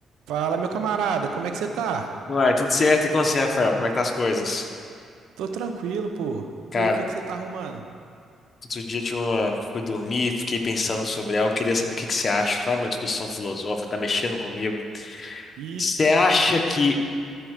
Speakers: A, on the right; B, on the left.
A: Fala, meu camarada, como é que você tá?
B: Uai, tudo certo. E com você, Rafael? Como é que tá as coisas?
A: Tô tranquilo, pô.
B: Cara,
A: E aí, o que que você tá arrumando?
B: outro dia eu tive uma... fui dormir, fiquei pensando sobre algo, queria saber o que que você acha, sabe? Uma discussão filosófica, tá mexendo comigo.
A: Ixi.
B: Você acha que,